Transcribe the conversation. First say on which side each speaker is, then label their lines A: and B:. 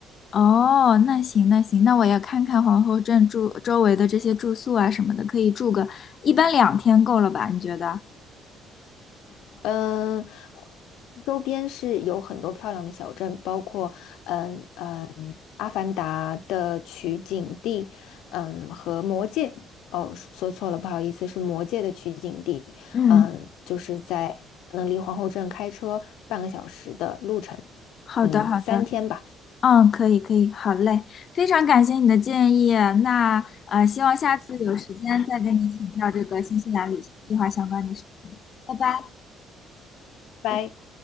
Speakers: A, on the left; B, on the left.
A: 哦，那行那行，那我也看看皇后镇住周围的这些住宿啊什么的，可以住个一般两天够了吧？你觉得？
B: 嗯，周边是有很多漂亮的小镇，包括嗯嗯《阿凡达》的取景地，嗯和《魔界》哦，说错了，不好意思，是《魔界》的取景地。
A: 嗯。
B: 嗯，就是在可能离皇后镇开车半个小时的路程，
A: 好的，
B: 嗯，
A: 好的，
B: 三天吧。
A: 嗯，可以，可以，好嘞，非常感谢你的建议。那呃，希望下次有时间再跟你请教这个新西兰旅行计划相关的事情。拜拜，
B: 拜。
A: 拜拜。